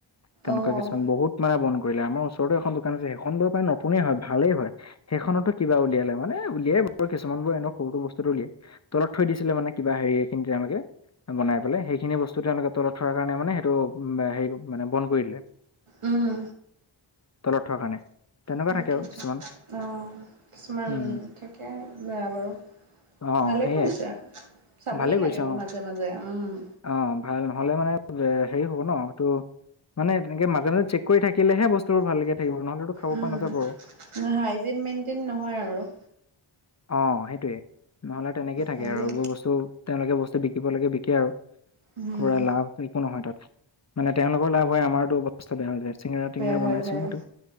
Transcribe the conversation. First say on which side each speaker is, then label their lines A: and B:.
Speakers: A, on the left; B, on the right.
A: তেনেকুৱা
B: অ'।
A: কিছুমান বহুত মানে বন্ধ কৰিলে আমাৰ ওচৰটো এখন দো কান আছে সেইখন বোৰ প্ৰায় নতুনে হয় ভালেই হয়। সেইখনতো কিবা উলিয়ালে মানে উলিয়াই বাৰু কিছুমান বোৰ এনেও সৰুটো বস্তুটো উলিয়াই। তলত থৈ দিছিলে মানে কিবা হেৰিখিনি তেওঁলোকে বনাই পেলাই সেইখিনি বস্তু তেওঁলোকে তলত থোৱা কাৰণে মানে সেইটো হেৰি মানে বন্ধ কৰি দিলে
B: উম।
A: তলত থোৱাৰ কাৰণে তেনেকুৱা
B: সেইটোৱে।
A: থাকে আৰু কিছুমান।
B: অ কিছুমান,
A: উম
B: থাকে আৰু বেয়া বাৰু
A: অ
B: ভালেই
A: সেয়াই
B: কৰিছা। চাবহি
A: ভালে কৰিছে
B: লাগে এইবো
A: অ
B: মাজে মাজে উম
A: অ' ভাল নহলে মানে হেৰি হব ন এইটো মানে তেনেকে মাজে মাজে চেক কৰি থাকিলেহে বস্তুবোৰ ভালকে থাকিব নহলেতো খাব
B: উম',
A: পৰা নাযাব আৰু
B: হাইজিন মেইনটেইন নহয় আৰু
A: অ' সেইটোয়ে নহ'লে তেনেকেই থাকে
B: হাইজিন
A: আৰু এইবোৰ বস ত' তেওঁলোকে বস্তু বিকিব লাগে বিকে আৰু
B: উম,
A: কৰা লাভ একো নহয় তাত, মানে তেওঁলোকৰ লাভ হয় আমাৰতো অৱস্থা বেয়া হৈ যায় চিংৰা-টিংৰা
B: বেয়া হৈ
A: বনাই
B: যায়
A: চিংৰাটো